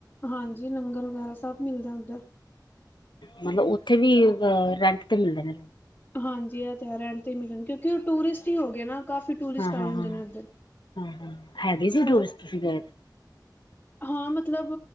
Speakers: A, on the left; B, on the left.
A: ਹਾਂਜੀ ਲੰਗਰ ਵਗੈਰਾ ਸਭ ਮਿਲਦਾ ਉਧਰ।
B: ਮਤਲਬ ਓਥੇ ਵੀ ਅ ਰੈਂਟ ਤੇ ਮਿਲਦੇ ਨੇ
A: ਹਾਂਜੀ ਐ ਤੇ ਹੈ ਰੈਂਟ ਤੇ ਈ ਮਿਲਣਗੇ ਕਿਉਂਕਿ ਓ ਟੂਰਿਸਟ ਈ ਹੋ ਗਏ ਨਾ। ਕਾਫੀ ਟੂਰਿਸਟ
B: ਹਾਂ-ਹਾਂ,
A: ਆਏ ਹੁੰਦੇ
B: ਹਾਂ-ਹਾਂ,
A: ਨੇ ਉੱਧਰ
B: ਹਾਂ ਹੈਗੀ ਸੀ
A: ਪਰ
B: ਟੁਰਿਸਟ ਤੁਸੀ ਗਏ ਤੇ।
A: ਹਾਂ ਮਤਲਬ